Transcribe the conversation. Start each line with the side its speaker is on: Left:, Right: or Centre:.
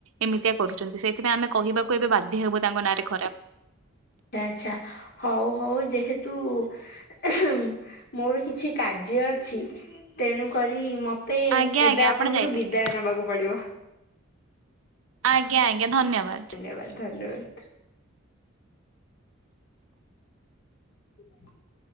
Right: ଏମିତିଆ କରୁଚନ୍ତି, ସେଇଥିପାଇଁ ଆମେ କହିବାକୁ ଏବେ ବାଧ୍ୟ ହବୁ ତାଙ୍କ ନାଁରେ ଖରାପ।
Left: ହ୍ୟାନଚ୍ଛା ହଉ ହଉ ଯେହେତୁ ଏହେଁ ମୋର କିଛି କାର୍ଯ୍ୟ ଅଛି ତେଣୁ କରି ମୋ ତେ
Right: ଆଜ୍ଞା ଆଜ୍ଞା
Left: ଏବେ
Right: ଆପଣ
Left: ଆପଣଙ୍କୁଠୁ
Right: ଯାଇପାରିବେ
Left: ବିଦାୟ ନବାକୁ ପଡିବ।
Right: ଆଜ୍ଞା ଆଜ୍ଞା ଧନ୍ୟବାଦ।
Left: ନେବାଦ ଧନ୍ୟବାଦ। <unintelligible>